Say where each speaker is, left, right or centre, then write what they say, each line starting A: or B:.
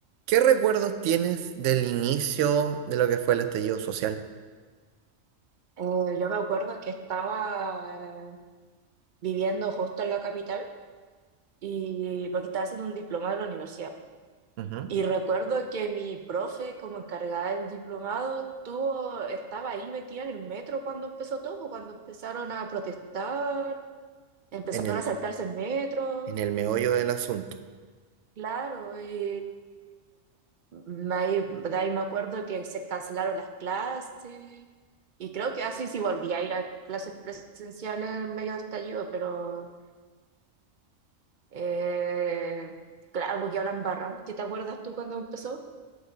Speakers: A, on the right; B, on the right.
A: ¿Qué recuerdos tienes del inicio de lo que fue el estallido social?
B: Eh, yo me acuerdo que estaba eh, viviendo justo en la capital y porque estaba haciendo un diplomado en la universidad.
A: Ujú.
B: Y recuerdo que mi profe, como encargada del diplomado, estuvo, estaba ahí metida en el metro cuando empezó todo, cuando empezaron a protestar, empezaron
A: En el,
B: a saltarse el metro,
A: en el meollo del asunto.
B: claro, y me- ahí, de ahí me acuerdo que se cancelaron las clases. Y creo que así sí volví a ir a clases presenciales en medio de estallido, pero Eh, claro, porque hablan barra. ¿Qué te acuerdas tú cuando empezó?